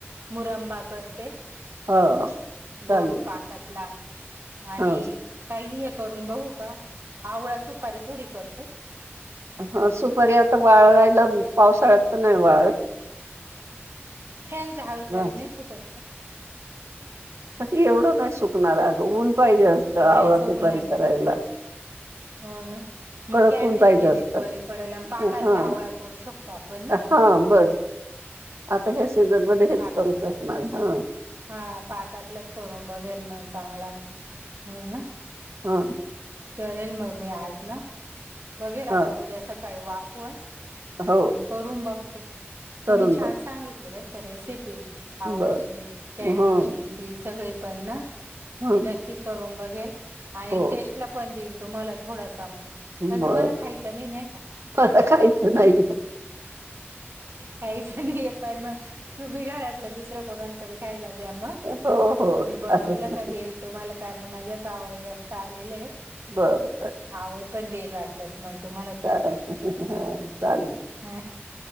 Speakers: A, on the right (about 65°); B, on the right (about 85°).
A: मुरंबा करते
B: हा
A: गोड
B: चालेल
A: पाकातला आणि
B: हा
A: काही हे करून बघू का आवळा सुपारी थोडी करते.
B: ह सुपारी आता वाळवायला मी पावसाळ्यात तर नाही वाळत.
A: फॅनच्या हवे खाली
B: हा.
A: नाही सुकत का?
B: क एवढंच नाही सुकणार अग ऊन पाहिजे असतं
A: नाही सुकणार
B: सुपारी
A: ना
B: करायला.
A: हो ना. मग
B: कडक
A: कॅनडीज
B: ऊन पाहिजे
A: केलेली
B: असतं
A: बरी पडेला आणि पाकातला
B: हा
A: आवळा करू शकतो आपण ना
B: हा बस आता ह्या सीझनमध्येध्ये
A: पाकातला
B: हेच करू शकणार हा
A: हा पाकातलंच करून बघेल मन चांगला होईल ना?
B: हा.
A: करेल मग मी आज न बघेल आता
B: हा
A: उद्या सकाळी वाफवन
B: हो
A: आणि करून बघते तर तुम्ही
B: करून
A: छान
B: बघ
A: सांगितली बर का रेसिपी. आवळ्या
B: बर
A: ची, कॅनडी
B: हं
A: ची नती सगळे पण ना
B: हं
A: मी नक्की करून बघेल आणि
B: हो
A: टेस्ट ला पण देईन तुम्हाला थोडासा मग. पण
B: बर
A: तुम्हाला खायच नाही नाही का?
B: मला काहीच नाही
A: काहीच नाही आहे पण मग तुम्ही घरात दुसऱ्या कोणाला तरी खायला द्या मग
B: हो हो
A: मी बनवलं
B: चालेल
A: की तुमला कारण माझ्या आवळे जास्त आलेले
B: बरोबर.
A: आवळे पण देईल वाटल्यास मग. तुम्हाला
B: हा चालेल.
A: ह